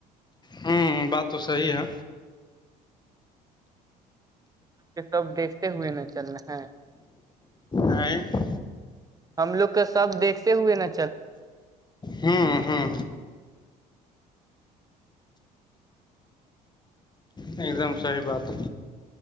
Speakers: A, on the left; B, on the right.
A: ہوں بات تو صحی ہے
B: کہ سب دیکھتے ہوئے نا چل رہ ہیں
A: آ
B: ہم لوگ کا سب دھتے ہوئے نا
A: ہاں ہاں ایک دم صحی بات ہے